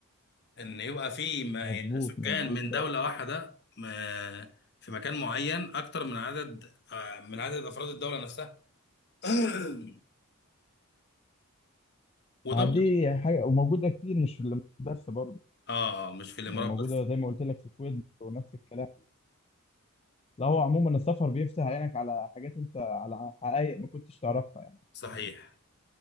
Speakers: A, on the left; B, on the left.
A: إن يبقى في م-
B: مظبوط
A: سكان
B: مظبوط
A: من
B: فعلا
A: دولة واحدة م- في مكان معين أكتر من عدد آه، من عدد أفراد الدولة نفسها <clears throat> وده
B: ما
A: برضه
B: دي حاجة وموجودة كتير مش في الامارات بس برضو
A: آه آه، مش في الإمارات
B: يعني موجودة
A: بس
B: زي ما قلت لك في الكويت ونفس الكلام لا هو عموما السفر بيفتح عينك على حاجات انت على حقائق ما كنتش تعرفها يعني
A: صحيح